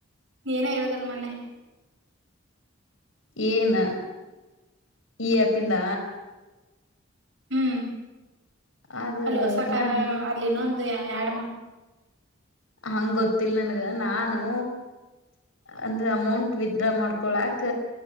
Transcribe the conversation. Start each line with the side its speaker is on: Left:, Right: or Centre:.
Right: ಏನೇ ಹೇಳುದಲ್ ಮೊನ್ನೆ
Left: ಏನ ಈ ಅಪ್ಪಿಂದ
Right: ಹ್ಮ್
Left: ಅದು
Right: ಅಲ್ಲಿ ಹೊಸ ಕಾರ
Left: ನಾನು
Right: ಅಲ್ಲಿ ಇನ್ನೊಂದು ಅದ ಯಡಮ
Left: ಹಂಗ್ ಗೊತ್ತಿಲ್ಲ ನನ್ಗ ನಾನು ಅಂದ್ರೆ ಅಮೌಂಟ್ ವಿತ್ಡ್ರಾ ಮಾಡ್ಕೊಳಾಕ್